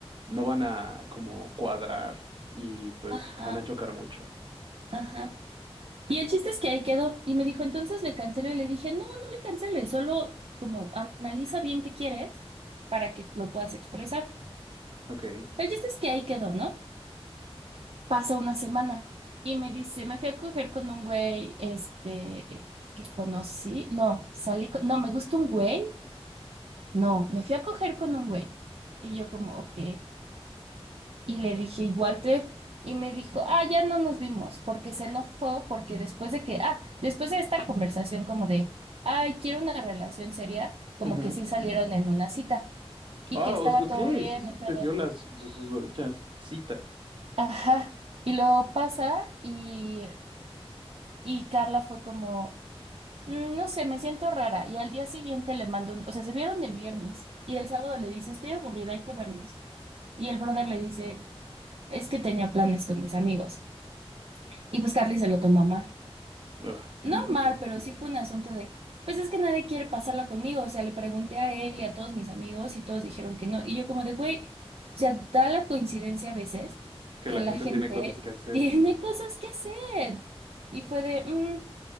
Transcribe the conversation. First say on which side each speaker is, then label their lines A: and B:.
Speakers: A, on the right; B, on the right.
A: no van a como cuadrar y pues
B: Ajá,
A: van a chocar mucho.
B: ajá. Y el chiste es que ahí quedó y me dijo, entonces le cancelo y le dije, no, no le canceles, solo como analiza bien qué quieres para que lo puedas expresar.
A: Ok.
B: El chiste es que ahí quedó, ¿no? Pasa una semana y me dice, me fui a coger con un güey, este, que conocí, no, salí con, no, me gusta un güey, no, me fui a coger con un güey. Y yo como, ok. Y le dije, ¿y Walter? Y me dijo, ah, ya no nos vimos, porque se enojó, porque después de que, ah, después de esta conversación como de, ay, quiero una relación seria, como
A: Ujú.
B: que sí salieron en una cita y
A: Ah,
B: que estaba
A: os- ok,
B: todo bien
A: sí sucedió
B: y todo.
A: la su- su- susodicha cita.
B: Ajá. Y luego pasa y, y Carla fue como, "Mm, no sé, me siento rara. Y al día siguiente le mando un, o sea, se vieron el viernes y el sábado le dice, estoy aburrida, hay que vernos. Y el brother le dice, es que tenía planes con mis amigos. Y pues Carly se lo tomó mal.
A: Ugh,
B: No
A: ok.
B: mal, pero sí fue un asunto de, pues es que nadie quiere pasarla conmigo. O sea, le pregunté a él y a todos mis amigos y todos dijeron que no. Y yo como de, güey, o sea, da la coincidencia a veces
A: Que
B: que
A: la
B: la
A: gente
B: gente
A: tiene cosas que hacer.
B: tiene cosas que hacer. Y fue de, "Mm",